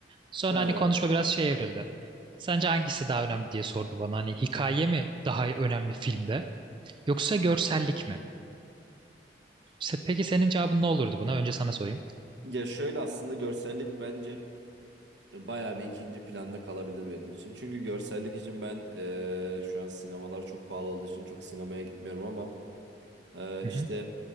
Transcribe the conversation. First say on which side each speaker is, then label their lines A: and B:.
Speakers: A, on the right; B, on the right.
A: Sonra
B: Ha.
A: hani konuşma biraz şey evrildi. Sence hangisi daha önemli diye sordu bana. Hani hikaye mi daha önemli filmde yoksa görsellik mi? Se- Peki senin cevabın ne olurdu buna? Önce sana sorayım.
B: Ya şöyle aslında görsellik bence bayağı bir ikinci planda kalabilir benim için. Çünkü görsellik için ben eee, şu an sinemalar çok pahalı olduğu için çok sinemaya gitmiyorum ama eee,
A: Hı
B: işte
A: hı.